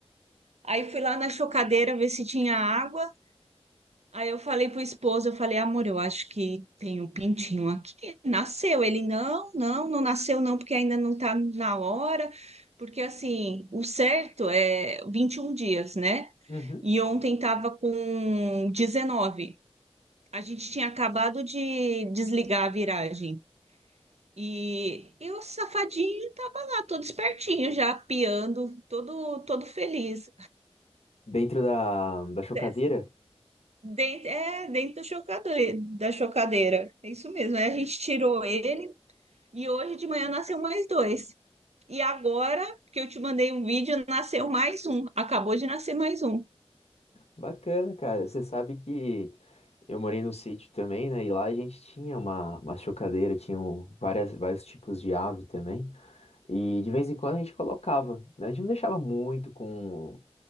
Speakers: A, on the right; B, on the left.
A: aí fui lá na chocadeira ver se tinha água, aí eu falei pro esposo, eu falei, amor, eu acho que tem um pintinho aqui, nasceu. Ele, não, não, não nasceu não, porque ainda não tá na hora, porque assim, o certo é 21 dias, né?
B: Uhum.
A: E ontem tava com 19. A gente tinha acabado de desligar a viragem. E, e o safadinho tava lá, todo espertinho, já piando, todo, todo feliz.
B: Dentro da, da chocadeira?
A: É, Dentro, é, dentro da chocade- da chocadeira. É isso mesmo. Aí a gente tirou ele e hoje de manhã nasceu mais dois. E agora que eu te mandei um vídeo, nasceu mais um. Acabou de nascer mais um.
B: Bacana, cara. Você sabe que eu morei no sítio também, né? E lá a gente tinha uma, uma chocadeira, tinham várias, vários tipos de ave também. E de vez em quando a gente colocava, né? A gente não deixava muito com